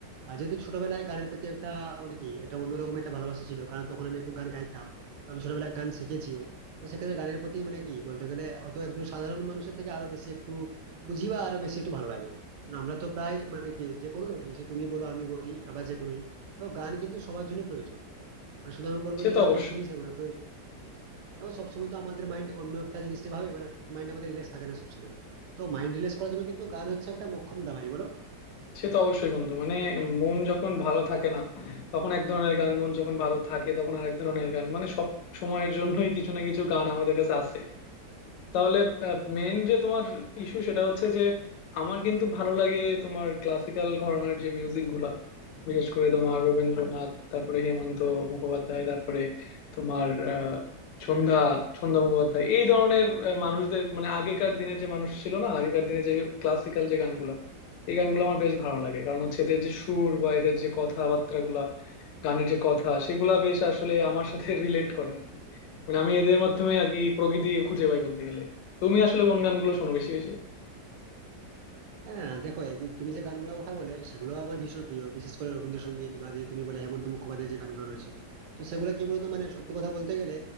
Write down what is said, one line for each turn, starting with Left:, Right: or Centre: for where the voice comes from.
Right: আর যেহেতু ছোটবেলায় গানের প্রতি একটা মানে কি একটা অন্যরকম একটা ভালোবাসা ছিল কারণ তখন আমি একটু গান গাইতাম তো আমি ছোটবেলায় গান শিখেছিও তো সেক্ষেত্রে গানের প্রতি মানে কি বলতে গেলে হয়তো একজন সাধারণ মানুষের থেকে আরো বেশি একটু বুঝি বা আরো বেশি একটু ভালো লাগে কারণ আমরা তো প্রায় মানে কি যে কোনো লোকই সে তুমি বলো আমি বলি আবার যে কোনোই তো গান কিন্তু সবার জন্য প্রয়োজন মানে শুধু আমি বলবো
Left: সে
Right: যে
Left: তো
Right: না
Left: অবশ্যই
Right: আমরা শুনি সেরকম না প্রয়োজন এবং সবসময় তো আমাদের মাইন্ড অন্য একটা জিনিস নিয়ে ভাবে মানে মাইন্ড আমাদের রিল্যাক্স থাকে না সবসময় তো মাইন্ড রিল্যাক্স করার জন্য কিন্তু গান হচ্ছে একটা মোক্ষম দাওয়াই বলো
Left: সে তো অবশ্যই বন্ধু মানে মন যখন ভালো থাকে না তখন এক ধরনের গান মন যখন ভালো থাকে তখন আরেক ধরনের গান মানে সব সময়ের জন্যই কিছু না কিছু গান আমাদের কাছে আছে তাহলে মেন যে তোমার ইস্যু সেটা হচ্ছে যে আমার কিন্তু ভালো লাগে তোমার ক্লাসিক্যাল ঘরানার যে মিউজিক গুলা বিশেষ করে তোমার রবীন্দ্রনাথ তারপরে হেমন্ত মুখোপাধ্যায় তারপরে তোমার আহ, সন্ধ্যা সন্ধ্যা মুখোপাধ্যায় এই ধরনের আহ, মানুষদের মানে আগেকার দিনের যে মানুষ ছিল না আগেকার দিনে যে ক্লাসিক্যাল যে গানগুলা এই গানগুলো আমার বেশ ভালো লাগে কারণ হচ্ছে এদের যে সুর বা এদের যে কথাবার্তা গুলা গানের যে কথা সেগুলা বেশ আসলে আমার সাথে <laughs> রিলেট করে আর কি মানে আমি এদের মাধ্যমে আর কি প্রকৃতি খুঁজে পাই বলতে গেলে তুমি আসলে কোন গানগুলো শোনো বেশি বেশি
Right: হ্যাঁ দেখো এগু- তুমি যে গানগুলোর কথা বলে সেগুলো আমার ভীষণ প্রিয় বিশেষ করে রবীন্দ্রসঙ্গীত বা যে তুমি বলে হেমন্ত মুখোপাধ্যায়ের যে গানগুলো রয়েছে তো সেগুলো কি বলতো মানে সত্যি কথা বলতে গেলে